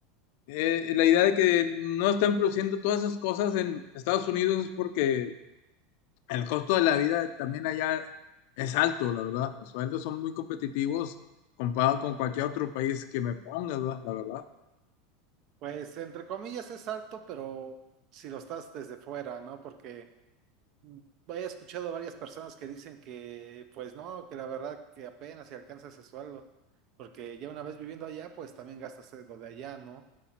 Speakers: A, on the left; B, on the right.
A: eh, la idea de que no están produciendo todas esas cosas en Estados Unidos es porque El costo de la vida también allá es alto, la verdad. Los sueldos son muy competitivos comparado con cualquier otro país que me ponga, ¿verdad? la verdad.
B: Pues entre comillas es alto, pero si lo estás desde fuera, ¿no? Porque mm, he escuchado varias personas que dicen que, pues no, que la verdad que apenas si alcanza ese sueldo, porque ya una vez viviendo allá, pues también gastas eh, lo de allá, ¿no?